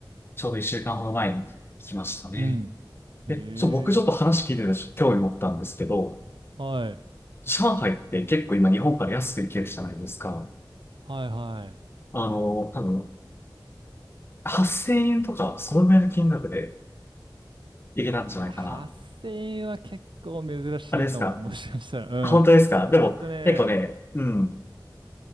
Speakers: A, on the left; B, on the right.
A: ちょうど一週間ほど前に来ましたね。
B: う
A: で、
B: ん。
A: ちょ、僕ちょっと話聞いてて、
B: ええ
A: ちょっと興味持ったんですけど、
B: はい。
A: 上海って結構今日本から安く行けるじゃないですか。
B: はいはい。
A: あの、多分、8000円とか、そのぐらいの金額で行けたんじゃないかな。
B: いや、発声は結構珍しいかも。
A: あれですか
B: もしかしたら。
A: 本当ですかでも、
B: うん。えっとね、
A: 結構ね、うん、